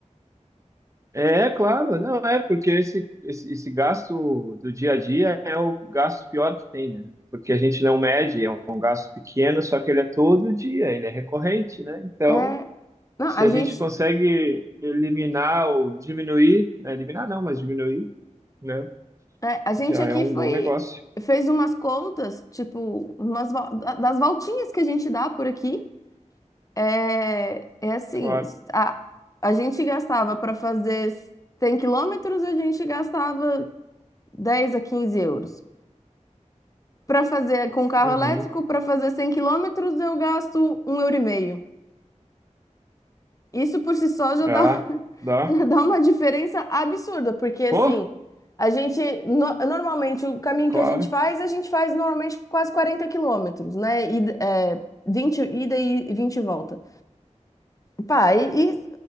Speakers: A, on the right (about 25°); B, on the left (about 25°).
A: É, claro, não é, porque esse, esse, esse gasto do dia a dia é o gasto pior que tem, né? Porque a gente não mede, é um gasto pequeno, só que ele é todo dia, ele é recorrente, né? Então,
B: É, não,
A: se
B: a
A: a
B: gente,
A: gente consegue eliminar ou diminuir, né? Eliminar não, mas diminuir, né?
B: é, a gente
A: Já
B: aqui
A: é um
B: foi,
A: bom negócio,
B: fez umas contas, tipo, umas, vo- da- das voltinhas que a gente dá por aqui. É, é assim,
A: claro.
B: a, a gente gastava para fazer 100 quilômetros, a gente gastava 10 a 15 euros. Para fazer com carro
A: Uhum.
B: elétrico, para fazer 100 quilômetros, eu gasto um euro e meio. Isso por si só já dá,
A: Ah,
B: <laughs>
A: dá.
B: já dá uma diferença absurda, porque assim,
A: Pô,
B: a gente, no- normalmente, o caminho
A: claro.
B: que a gente faz, a gente faz normalmente quase 40 quilômetros, né? E, é, 20 ida e 20 volta. Pá, e,